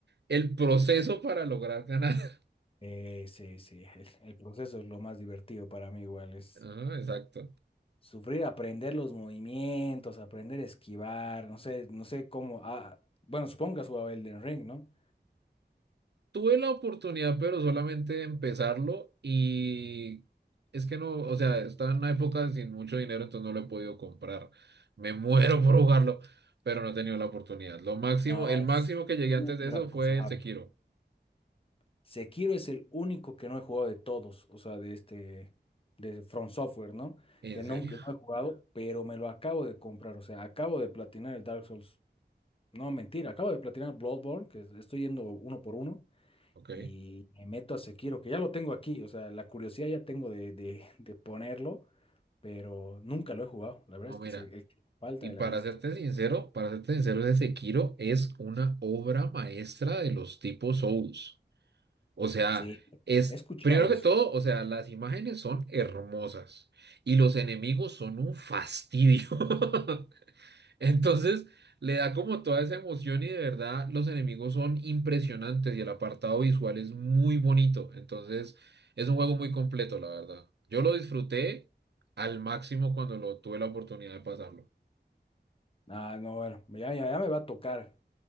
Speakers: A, on the right (about 70°); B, on the left (about 30°).
A: el proceso para lograr ganar. <laughs>
B: Eh, sí, sí, el, el proceso es lo más divertido para mí igual, es
A: Ah, exacto.
B: sufrir, aprender los movimientos, aprender a esquivar, no sé, no sé cómo, ah, bueno, supongo que has jugado Elden Ring, ¿no?
A: Tuve la oportunidad, pero solamente de empezarlo y es que no, o sea, estaba en una época sin mucho dinero, entonces no lo he podido comprar. Me <laughs> muero por jugarlo, pero no he tenido la oportunidad. Lo máximo,
B: No,
A: el máximo
B: es
A: que llegué antes
B: súper
A: de eso
B: aconsejable.
A: fue el Sekiro.
B: Sekiro es el único que no he jugado de todos, o sea, de este, de From Software, ¿no?
A: ¿En
B: Que
A: serio?
B: nunca no he jugado, pero me lo acabo de comprar, o sea, acabo de platinar el Dark Souls, no, mentira, acabo de platinar Bloodborne, que estoy yendo uno por uno.
A: Ok.
B: y me meto a Sekiro, que ya lo tengo aquí, o sea, la curiosidad ya tengo de, de- de ponerlo, pero nunca lo he jugado. La verdad
A: No,
B: es
A: mira.
B: que es el, el que falta
A: Y
B: de
A: para
B: la lista.
A: serte sincero, para serte sincero, ese Sekiro es una obra maestra de los tipos Souls. O sea,
B: Sí,
A: es,
B: he escuchado
A: primero que
B: eso.
A: todo, o sea, las imágenes son hermosas y los enemigos son un fastidio. <laughs> Entonces, le da como toda esa emoción y de verdad los enemigos son impresionantes y el apartado visual es muy bonito. Entonces, es un juego muy completo, la verdad. Yo lo disfruté al máximo cuando lo tuve la oportunidad de pasarlo.
B: Ah, no, bueno, ya, ya, ya me va a tocar.